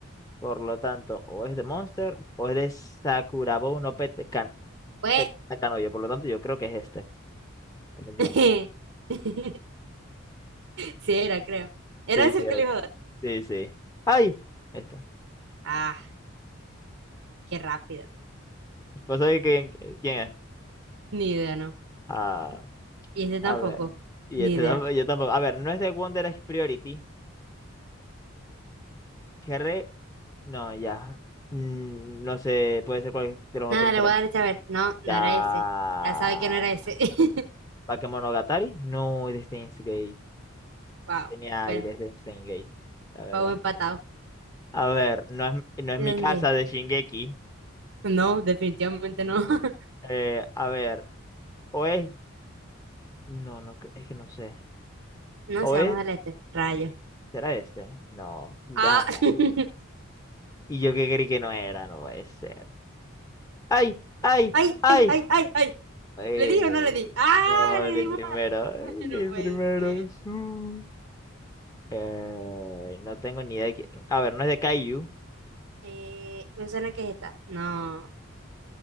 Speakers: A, on the left; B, on the right.
A: Por lo tanto, o es de Monster o es de Sakurabo no Pet, Kan-
B: fue.
A: Pet Takanoyo. Por lo tanto, yo creo que es este. Efectivamente.
B: <laughs> Sí, era, creo. Era
A: Sí,
B: ese
A: sí,
B: el
A: era.
B: que le iba a dar.
A: Sí, sí. ¡Ay! Esta.
B: Ah, qué rápido.
A: Pues oye, ¿quién, quién es?
B: Ni idea, ¿no?
A: Ah.
B: Y ese tampoco.
A: A ver. Y
B: Ni
A: este
B: idea.
A: tampoco- yo tampoco. A ver, no es de Wonder Egg Priority. Cherry. No, ya. Mm, no sé, puede ser cuál de los
B: Nada,
A: otros
B: le
A: tres.
B: voy a dar este a ver. No, no
A: Ya.
B: era ese. Ya sabe que no era ese. <laughs>
A: Bakemonogatari. No, de Steins Gate.
B: Wow.
A: Tenía
B: Bueno,
A: aires de Steins Gate, la verdad.
B: vamos empatados.
A: A ver, no es, no es
B: ¿De
A: mi
B: dónde?
A: casa de Shingeki.
B: No, definitivamente no. <laughs>
A: Eh, a ver, o es. No, no, cre- es que no sé.
B: No
A: O
B: sé, vamos
A: es.
B: al este. Rayo.
A: ¿Será este? No, Hiramo.
B: Ah. <laughs>
A: Y yo que creí que no era, no puede ser. ¡Ay! ¡Ay!
B: Ay,
A: ¡Ay!
B: ay, ay, ay, ay.
A: Eh,
B: ¿Le di o no le di? Ah,
A: no,
B: le
A: el
B: dimos.
A: primero, el
B: <laughs> No puede
A: primero.
B: ser.
A: sí. Eh, no tengo ni idea de quién. A ver, no es de Kaiju,
B: Eh, me suena que es esta. No.